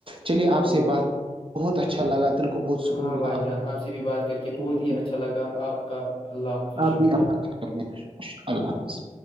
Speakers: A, on the right (about 40°); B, on the left (about 40°).
A: چلیے
B: ہاں
A: آپ سے
B: بھائی جان
A: بات بہت اچھا لگا دل کو بہت سکون
B: ہاں
A: ملا
B: بھائی جان آپ سے بھی بات کر کے بہت
A: آپ
B: ہی اچھا لگا آپ کا اللہ حافظ
A: آپ
B: شکریہ
A: بھی اللہ حافظ